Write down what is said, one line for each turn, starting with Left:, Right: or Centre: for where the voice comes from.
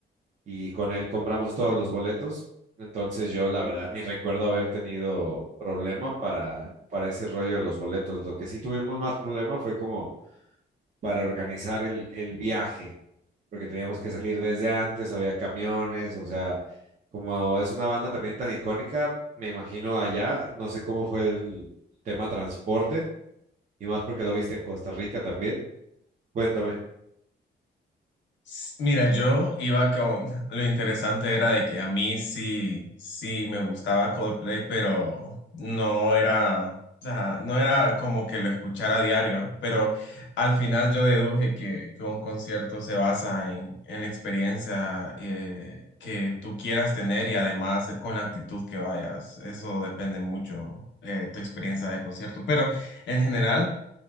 Right: y con él compramos todos los boletos. Entonces yo la verdad ni recuerdo haber tenido problema para, para ese rollo de los boletos. Lo que sí tuvimos más problema fue como para organizar el, el viaje, porque teníamos que salir desde antes, había camiones, o sea, como es una banda también tan icónica, me imagino allá, no sé cómo fue el tema transporte, y más porque lo viste en Costa Rica también. Cuéntame.
Left: S- Mira, yo iba con... <laughs> Lo interesante era de que a mí sí, sí me gustaba Coldplay, pero no era, o sea, no era como que lo escuchara a diario, pero al final yo deduje que, que un concierto se basa en, en la experiencia eh, que tú quieras tener y además con la actitud que vayas. Eso depende mucho eh, tu experiencia de concierto, pero en general...